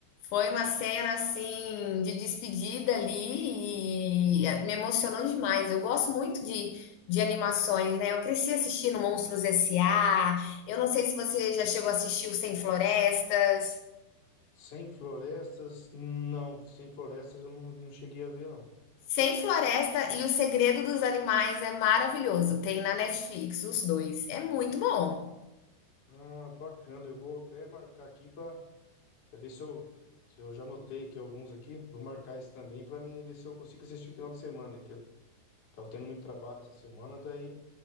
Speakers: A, on the left; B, on the left.
A: Foi uma cena assim de despedida ali e eh, me emocionou demais. Eu gosto muito de, de animações, né? Eu cresci assistindo Monstros S.A. Eu não sei se você já chegou a assistir o Sem Florestas.
B: Sem Florestas, não, Sem Florestas eu não, não cheguei a ver, não.
A: Sem Floresta e O Segredo dos Animais é maravilhoso. Tem na Netflix os dois. É muito bom.
B: Ah, bacana, eu vou até marcar aqui para ver se eu, se eu já anotei aqui alguns aqui. Vou marcar esse também para mim ver se eu consigo assistir o final de semana, aí, que eu tava tendo muito trabalho essa semana, daí